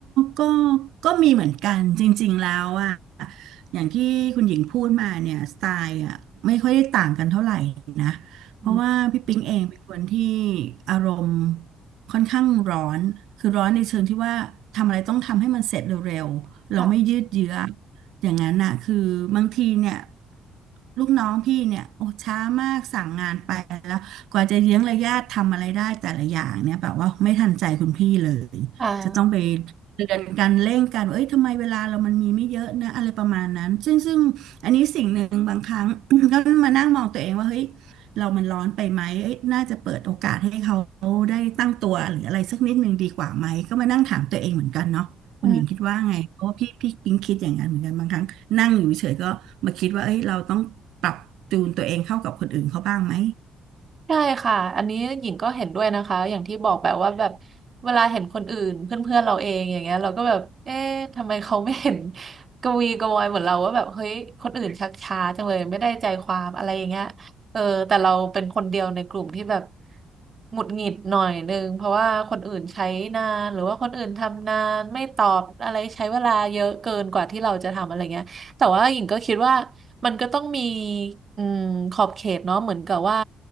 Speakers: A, on the right (about 80°); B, on the right (about 40°).
A: ก็ก็มีเหมือนกันจริงๆ แล้วอะอย่างที่คุณหญิงพูดมาเนี่ยสไตล์อะไม่ค่อยได้ต่างกันเท่าไหร่นะเพราะว่าพี่ปิ๊งเองเป็นคนที่
B: อืม
A: อารมณ์ค่อนข้างร้อน คือร้อนในเชิงที่ว่าทำอะไรต้องทำให้มันเสร็จเร็วๆเราไม่ยืดเยื้อ
B: ค่ะ
A: อย่างนั้นน่ะคือบางทีเนี่ยลูกน้องพี่เนี่ยโอ้ช้ามากสั่งงานไปแล้วกว่าจะเยื้องระยะทำอะไรได้แต่ละอย่างเนี่ยแบบว่าไม่ทันใจคุณพี่เลย
B: อ่า
A: จะต้องไปเตือนกันเร่งกันว่าเอ้ยทำไมเวลาเรามันมีไม่เยอะนะอะไรประมาณนั้นซึ่งซึ่งอันนี้สิ่งหนึ่งบางครั้ง <coughs> <clears throat> ก็มานั่งมองตัวเองว่าเฮ้ยเรามันร้อนไปไหมเอ้ยน่าจะเปิดโอกาสให้เขาได้ตั้งตัวหรืออะไรสักนิดหนึ่งดีกว่าไหมก็มานั่งถามตัวเองเหมือนกันเนาะคุณหญิงคิดว่าไงเพราะว่าพี่พี่ปิ๊งคิดอย่างนั้นเหมือนกันบางครั้งนั่งอยู่เฉยๆก็มาคิดว่าเอ้ยเราต้องปรับจูนตัวเองเข้ากับคนอื่นเขาบ้างไหม
B: อื ใช่ค่ะอันนี้หญิงก็เห็นด้วยนะคะ อย่างที่บอกแบบว่าแบบเวลาเห็นคนอื่นเพื่อนๆเราเองอย่างเงี้ยเราก็แบบเอ๊ะทำไมเขาไม่เห็น <laughs> กระวีกระวอยเหมือนเราว่าแบบเฮ้ยคนอื่นชักช้าจังเลยไม่ได้ใจความอะไรอย่างเงี้ยเออแต่เราเป็นคนเดียวในกลุ่มที่แบบหงุดหงิดหน่อยนึงเพราะว่าคนอื่นใช้นานหรือว่าคนอื่นทำนานไม่ตอบอะไรใช้เวลาเยอะเกินกว่าที่เราจะทำอะไรเงี้ย แต่ว่าหญิงก็คิดว่ามันก็ต้องมีอืมขอบเขตเนาะเหมือนกับว่า